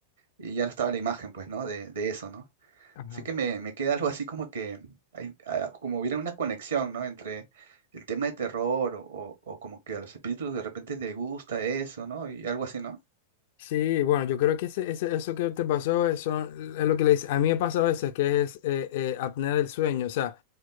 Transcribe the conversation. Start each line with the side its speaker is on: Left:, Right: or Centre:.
Right: y ya no estaba la imagen pues, ¿no? De, de eso, ¿no?
Left: ajá.
Right: Así que me, me queda algo así como que, hay- ah, como hubiera una conexión, ¿no? Entre el tema de terror o, o- o como que a los espíritus de repente les gusta eso, ¿no? Y algo así, ¿no?
Left: Sí, bueno, yo creo que ese, ese- eso que te pasó eso, es lo que le dice. A mí me pasa a veces que es eh, eh, apnea del sueño, o sea,